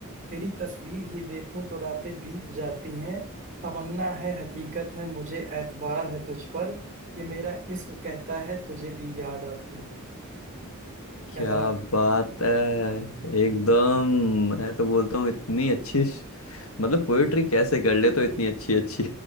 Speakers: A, on the right (about 35°); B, on the left (about 70°).
A: तेरी तस्वीर ही देखूं तो रातें बीत जाती हैं तमन्ना है हकीकत है मुझे एतबार है तुझ पर ये मेरा इश्क कहता है तुझे भी याद आती है कैसा
B: क्या
A: लगा
B: बात है
A: <laughs>
B: एकदम मैं तो बोलता हूँ इतनी अच्छी श- मतलब पोएट्री कैसे कर ले तो इतनी अच्छी अच्छी